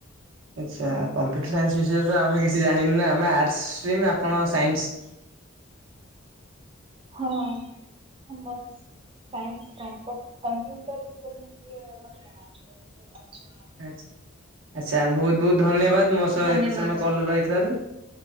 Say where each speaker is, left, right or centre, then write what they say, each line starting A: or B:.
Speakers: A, on the right; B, on the right.
A: ଆଚ୍ଛା କମ୍ପ୍ୟୁଟର ସାଇନ୍ସ ବିଷୟରେ ତ ଆମେ କିଛି ଜାଣିନୁ ନା। ଆମେ ଆର୍ଟସ ଷ୍ଟ୍ରିମ୍ ଆପଣ ସାଇନ୍ସ।
B: ହଁ ଆମର। ସାଇନ୍ସ୍ କମ୍ପ୍ୟୁଟର ବିଷୟରେ ମୁ ଟିକେ ମୋତେ ଜଣାଅଛି। ବାକି ଟିକେ ଅଜଣା।
A: ଆ ଆଚ୍ଛା ବହୁତ ବହୁତ ଧନ୍ୟବାଦ। ମୋ ସହ
B: ଧନ୍ୟବାଦ
A: ଏତେ ସମୟ କଲ୍ ରେ ରହିଥିବାରୁ।